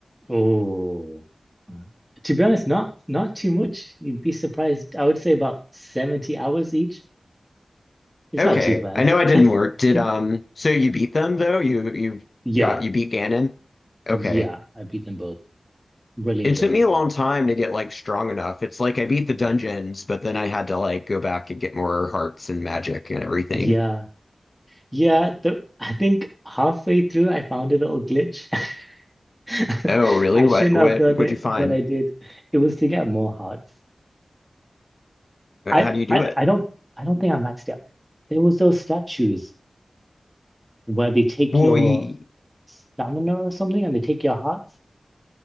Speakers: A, in the centre; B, on the left.
A: Oh, Uh, to be honest, not not too much. You'd be surprised. I would say about 70 hours each. It's
B: Okay,
A: not too bad.
B: I know I didn't work. Did
A: <laughs>
B: um so you beat them though? You you
A: Yeah,
B: got you beat Ganon?
A: yeah,
B: Okay.
A: I beat them both. Really enjoyed
B: It took me
A: it
B: a
A: though.
B: long time to get like strong enough. It's like I beat the
A: Mm.
B: dungeons, but then I had to like go back and get more hearts and magic and everything.
A: Yeah, yeah. The, I think halfway through, I found a little glitch. <laughs>
B: Oh, really?
A: I
B: What
A: shouldn't
B: what
A: have done
B: would
A: it,
B: you find?
A: but I did. It was to get more hearts.
B: Uh,
A: I,
B: How do you do
A: I,
B: it?
A: I don't I don't think I maxed out. There was those statues where they take
B: Boy.
A: your stamina or something and they take your hearts.